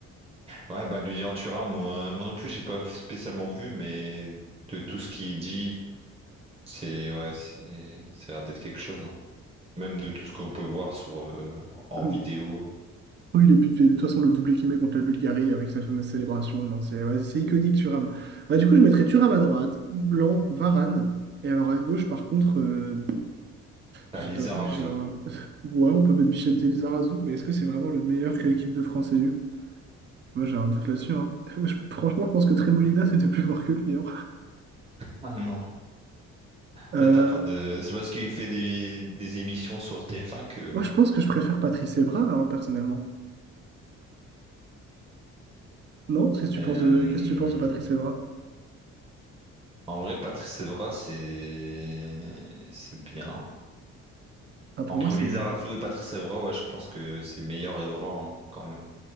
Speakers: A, on the right; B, on the right.
A: Ouais, bah Lilian Thuram, moi, moi non plus j'ai pas spécialement vu, mais de tout ce qu'il dit, c'est ouais, c'est ça a l'air d'être quelque chose. hein. Même de tout ce qu'on peut voir sur euh, en
B: Hum.
A: vidéo.
B: Oui, les buts, de toute façon, le doublé qu'il met contre la Bulgarie avec sa fameuse célébration, non, c'est ouais, c'est iconique, Thuram. Bah, du coup, je mettrais Thuram à droite, Blanc, Varane, et alors à gauche, par contre, euh,
A: T'as
B: Je
A: Lizarazu.
B: t'avoue que j'ai un. <laughs> Ouais, on peut mettre Bichente Lizarazu, mais est-ce que c'est vraiment le meilleur que l'équipe de France ait eu? Moi, j'ai un doute là-dessus. hein. <laughs> Moi, je- Franchement, je pense que Tremolina, c'était plus fort que lui. hein.
A: Ah non.
B: Euh,
A: Là t'as rien de. C'est parce qu'il fait des, des émissions sur TF1 que.
B: Moi, je pense que je préfère Patrice Evra, hein, personnellement. Non? Qu'est-ce que tu
A: Euh,
B: penses de... Qu'est-ce que tu penses de Patrice Evra?
A: En vrai, Patrice Evra, c'est c'est bien.
B: Ah, pour
A: Entre
B: moi, c'est.
A: Lizarazu et Patrice Evra, ouais, je pense que c'est meilleur Evra hein, quand même.